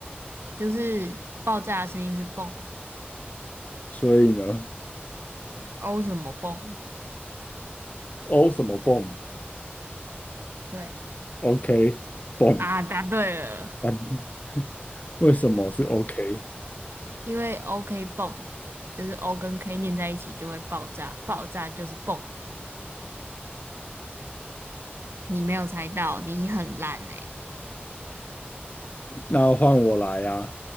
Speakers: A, on the right; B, on the left.
A: 就是爆炸的声音是蹦
B: 所以呢，
A: ，O 什么蹦？
B: 哦什么蹦
A: 对
B: ，OK 蹦，
A: 啊，答对了。
B: <laughs> 为什么是 OK？
A: 因为 OK 泵就是 O 跟 K 念在一起就会爆炸，爆炸就是泵。你没有猜到，你很烂哎、
B: 那换我来啊，